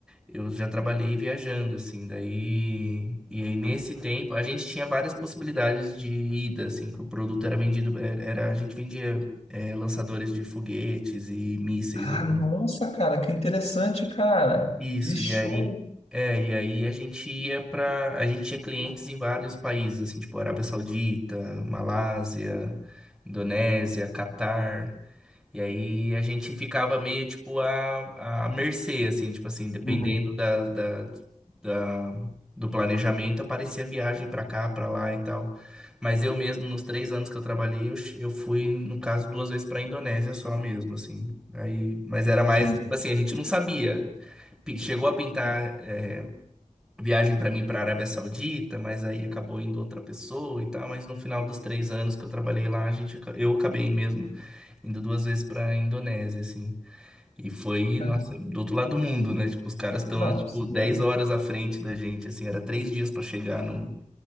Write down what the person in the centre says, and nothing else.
eu já trabalhei viajando, assim. Daí, e aí nesse tempo a gente tinha várias possibilidades de ida, assim, que o produto era vendido, era, era- a gente vendia, é, lançadores de foguetes e mísseis,
assim.
Isso,
e aí, é, e aí a gente ia para, a gente tinha clientes em vários países, assim, tipo Arábia Saudita, Malásia, Indonésia, Catar. E aí a gente ficava meio tipo à, à mercê, assim, tipo assim, dependendo
da, da, da- do planejamento, aparecia viagem pra cá, pra lá e tal. Mas eu mesmo, nos três anos que eu trabalhei, eu, che- eu fui, no caso, duas vezes pra Indonésia só mesmo, assim. Aí, mas era mais,
tipo assim, a gente não sabia. Pi- Chegou a pintar
é, viagem pra mim pra Arábia Saudita, mas aí acabou indo outra pessoa e tal. Mas no final dos três anos que eu trabalhei lá, a gente, aca- eu acabei mesmo Indo duas vezes pra Indonésia, assim. E foi,
nossa, do outro lado do mundo, né? Tipo, os caras estão,
tipo,
10 horas à frente da gente, assim. Era três dias pra chegar no,